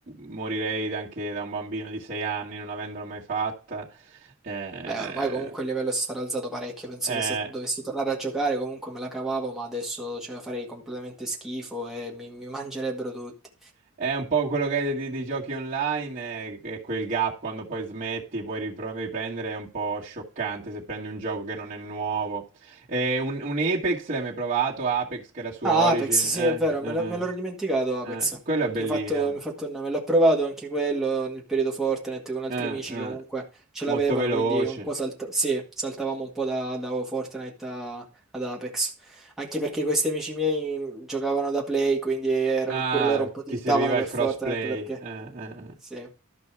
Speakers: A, on the right; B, in the centre.
A: morirei anche da un bambino di sei anni, non avendolo mai fatta. Eh,
B: Beh, ormai comunque il livello si sarà alzato parecchio, penso
A: eh,
B: che se dovessi tornare a giocare comunque me la cavavo, ma adesso cioè, farei completamente schifo e mi mi mangerebbero tutti.
A: È un po' quello che è di- dei giochi online, eh, che quel gap quando poi smetti, poi ripro- riprendere è un po' scioccante se prendi un gioco che non è nuovo. Eh, un, un Apex l'hai mai provato? Apex che era su
B: Ah,
A: Origin?
B: Apex, sì,
A: Eh,
B: è vero,
A: eh,
B: me
A: eh.
B: l'ho me l'ero dimenticato Apex.
A: Eh, quello è
B: Mi
A: bellino.
B: ha fatto, mi ha fatto un nome, l'ho provato anche quello nel periodo Fortnite con altri
A: Eh,
B: amici
A: eh.
B: che comunque ce
A: Molto
B: l'avevano,
A: veloce.
B: quindi un po' salta- sì, saltavamo un po' da, da Fortnite a- ad Apex. Anche perché questi amici miei giocavano da Play, quindi erano
A: Ah,
B: pure loro un po' tiltavano
A: ti serviva
B: per
A: il crossplay.
B: Fortnite perché...
A: Eh, eh, eh.
B: Sì,